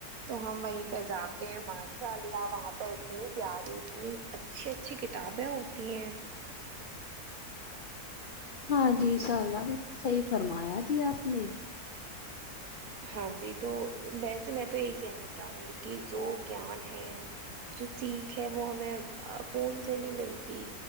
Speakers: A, on the right (about 70°); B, on the left (about 85°).
A: تو ہم وہیں پہ جاتے ہیں ماشاء اللہ وہاں پہ اتنی پیاری اتنی اچھی اچھی کتابیں ہوتی ہیں
B: ہاں جیاء اللہ صحیح فرمایا جی آپ نے
A: ہاں جی تو ویسے میں تو یہی کہنا چاہوں گی کہ جو گیان ہے جو سیکھ ہے وہ ہمیں فون سے نہیں ملتی